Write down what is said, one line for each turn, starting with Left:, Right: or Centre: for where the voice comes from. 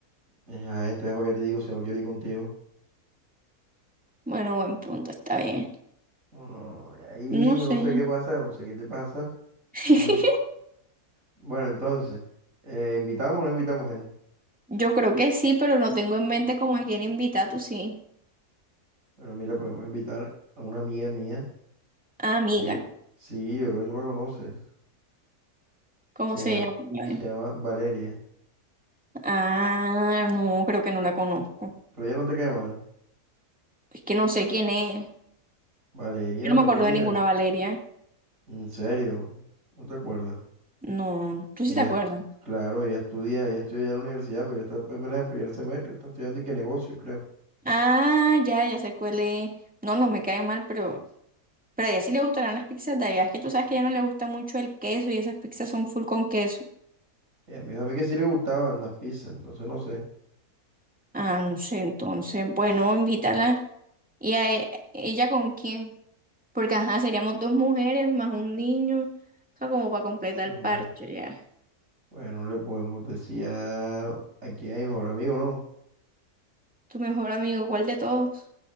Right: Ajá, entonces, ¿para qué te digo si no quiero ir contigo?
Centre: Bueno, buen punto, está bien.
Right: Bueno, y ahí
Centre: No
Right: no
Centre: sé.
Right: sé qué pasa, no sé qué te pasa.
Centre: <laughs>
Right: ¿Cómo es Bueno, entonces, eh, ¿invitamos o no invitamos gente?
Centre: Yo creo que sí, pero no tengo en mente como a quién invitar, tú sí.
Right: Pero mira, podemos invitar a una amiga mía,
Centre: Ah, amiga,
Right: que sí, yo creo que tú la conoces,
Centre: ¿cómo
Right: se,
Centre: se
Right: llama-
Centre: llama?
Right: se
Centre: Eh,
Right: llama Valeria,
Centre: Ah, no, creo que no la conozco.
Right: pero ella no te cae mal.
Centre: Es que no sé quién es.
Right: Valeria,
Centre: Yo no
Right: Valeria,
Centre: me acuerdo de ninguna Valeria.
Right: en serio, no te acuerdas.
Centre: No, tú
Right: Ella,
Centre: sí te acuerdas.
Right: estu- claro, ella estudia, ella estudia ya en la universidad, pero ella está apenas en primer semestre, está estudiando y qué negocios, creo.
Centre: Ah, ya, ya sé cuál es. No, no me cae mal, pero, pero a ella sí le gustarán las pizzas de allá. Es que tú sabes que a ella no le gusta mucho el queso y esas pizzas son full con queso.
Right: Ella me dijo a mí que sí le gustaban las pizzas, entonces no sé.
Centre: Ah, no sé, entonces, bueno, invítala. ¿Y a e- ella con quién? Porque, ajá, seríamos dos mujeres más un niño. O sea, como para completar
Right: Mm.
Centre: el parche, ya.
Right: Bueno, le podemos decir a, a quién es mi mejor amigo, ¿no?
Centre: Tu mejor amigo, ¿cuál de todos?